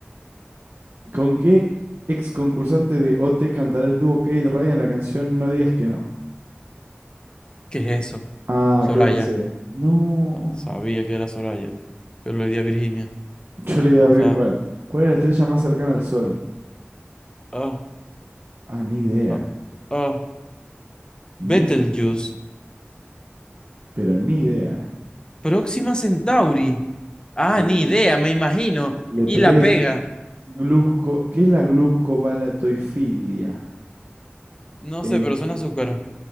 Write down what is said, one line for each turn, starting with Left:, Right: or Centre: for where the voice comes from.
Right: ¿Con qué ex concursante de OT cantará el dúo Kate Ryan la canción No digas que no?
Left: ¿Qué es eso?
Right: Ah,
Left: Soraya.
Right: creo que sé. No.
Left: Ah, Sabía que era Soraya, pero le di a Virginia.
Right: Yo le daba
Left: Me gustaba.
Right: igual. ¿Cuál es la estrella más cercana al Sol?
Left: Ah,
Right: Ah, ni idea.
Left: ah, ah. Betelgeuse.
Right: Ni, pero ni idea, ¿eh?
Left: Próxima Centauri. Ah,
Right: Le,
Left: ni idea, me imagino.
Right: le
Left: Y
Right: pegué
Left: la pega.
Right: glusco. ¿Qué es la gluscobalatoifilia?
Left: No
Right: Eh,
Left: sé, pero suena azúcar.